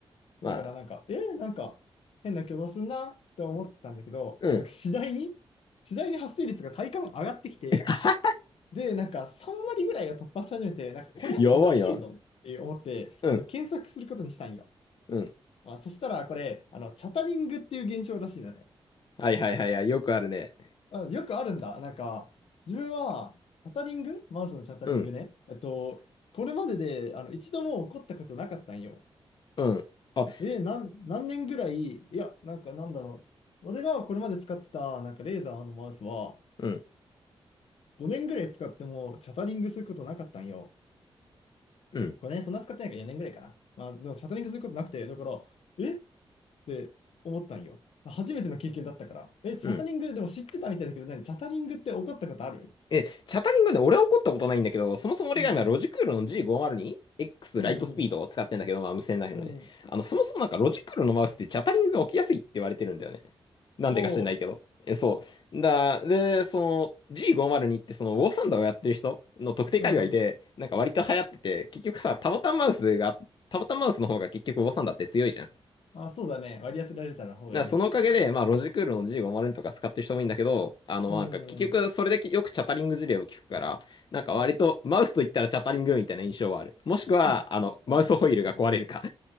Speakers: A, on the left; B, on the left.
A: まあ、
B: だからなんか、え、なんか変な挙動すんなって思ってたんだけど、
A: うん。
B: なんか次第に、次第に発生率が体感上がってきて、
A: <laughs>
B: で、なんか3割ぐらいが突破し始めて、なんかこれおかしいぞって思って、
A: やばいな。うん。
B: その検索することにしたんよ。
A: うん。
B: まあ、そしたらこれ、あの、チャタリングっていう現象らしいんだね。
A: はいはいはいはい。よくあるね。
B: あ、よくあるんだ。なんか、自分は、チャタリングマウスのチャタリングね。
A: うん。
B: えっと、これまでで、あの、一度も起こったことなかったんよ。
A: うん。あ、
B: えー、なん、何年ぐらい、いや、なんかなんだろう。俺がこれまで使ってた、なんかレーザーのマウスは、
A: うん。
B: 5年ぐらい使ってもチャタリングすることなかったんよ。
A: うん。
B: 5年、そんな使ってないから4年ぐらいかな。まあ、でもチャタリングすることなくて、だから、えって思ったんよ。初めての経験だったから。え、チャタリング、
A: うん。
B: でも知ってたみたいだけど、何チャタリングって起こったことある
A: え、チャタリングで俺は怒ったことないんだけど、そもそも俺が今ロジクールの
B: うん
A: G502X
B: うん。
A: ライトスピードを使ってんだけど、
B: うん
A: まあ無線ライフのね。
B: うん。うん。
A: あの、そもそもなんかロジクールのマウスってチャタリングが起きやすいって言われてるんだよね。なんでか知らないけど。
B: おう。
A: え、そう。だ、で、その G502 ってそのウォーサンダーをやってる人の特定界隈で、
B: うん。
A: なんか割と流行ってて、結局さ、タボタンマウスが、タボタンマウスの方が結局ウォーサンダーって強いじゃん。
B: あ、そうだね。割り当てられたら方が嬉しいからね。
A: だからそのおかげで、まあ、ロジクールの G50 とか使ってる人もいいんだけど、あの、
B: うんうんうん。
A: なんか、結局、それでよくチャタリング事例を聞くから、なんか割と、
B: あ、
A: マウスと言ったらチャタリングみたいな印象はある。もしくは、
B: あ、
A: あの、マウスホイールが壊れるか。
B: そうだうんだ。